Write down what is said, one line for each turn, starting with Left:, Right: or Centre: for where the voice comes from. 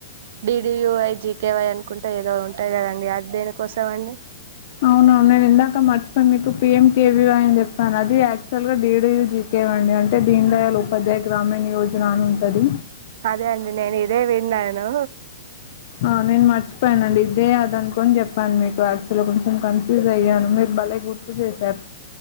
Right: డిడియూవై జీకేవై అను కుంటా ఏదో ఉంటాయి కదండి అది దేనికోసం అండి
Left: అవునవును నేను ఇందాక మర్చిపోయి మీకు పిఎం కేవీవాై అని చెప్పాను అది ల్గా డ్యూ జీ అండి అంట దీంట్లో ఉపాధ్యాయ గ్రామీణ యో జలాను ఉంటుంది
Right: అదే అండి నేను ఇదే విన్నాేను
Left: ఆ నేను మర్చపోయనండి ఇదే అద అనుకోని చెప్పాను మీకు అసలో కొంచెం కన్ఫ్యూజ్ అయ్యాను మీరు భలే గుర్తు చేశారు